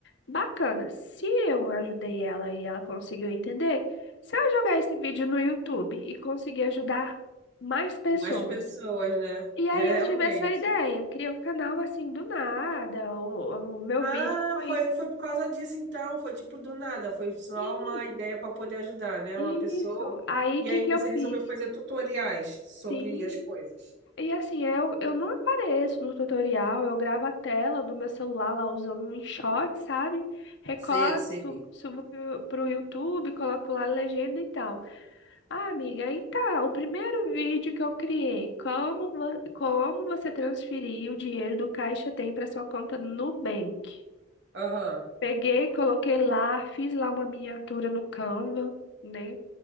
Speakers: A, on the left; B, on the right.
A: bacana. Se eu ajudei ela e ela conseguiu entender, se eu jogar esse vídeo no YouTube e conseguir ajudar mais pessoas.
B: Mais pessoas, né?
A: E aí
B: Realmente.
A: eu tive essa ideia, criei um canal assim do nada. O, o meu
B: Ah,
A: vídeo foi.
B: foi, foi por causa disso então, foi tipo do nada, foi só
A: Sim,
B: uma ideia para poder ajudar, né?
A: isso.
B: Uma pessoa.
A: Aí
B: E
A: o que
B: aí
A: que
B: você
A: eu fiz?
B: resolveu fazer tutoriais sobre
A: Sim.
B: as coisas.
A: E assim, eu, eu não apareço no tutorial, eu gravo a tela do meu celular lá usando um InShot, sabe? Recorto,
B: Sei, sei.
A: subo, subo pro, pro YouTube, coloco lá a legenda e tal. Ah, amiga, aí tá, o primeiro vídeo que eu criei, como, vo- como você transferir o dinheiro do Caixa Tem para sua conta no Nubank.
B: Aham,
A: Peguei, coloquei lá, fiz lá uma miniatura no Canva, né?